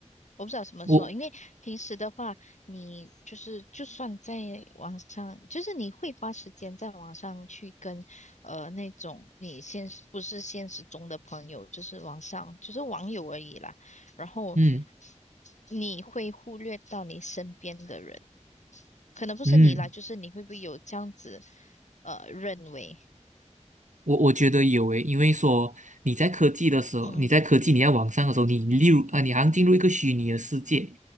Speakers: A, on the left (about 75°); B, on the right (about 80°).
A: 我不知道怎么说，
B: 我
A: 因为平时的话，你就是就算在网上，就是你会花时间在网上去跟呃那种你现实不是现实中的朋友，就是网上就是网友而已啦。然后
B: 嗯
A: 你会忽略到你身边的人，可能不是你啦，
B: 嗯。
A: 就是你会不会有这样子呃认为？
B: 我我觉得有诶，因为说你在科技的时候，
A: 嗯
B: 你在科技你在网上的时候，你例如啊，你好像进入一个虚拟的世界，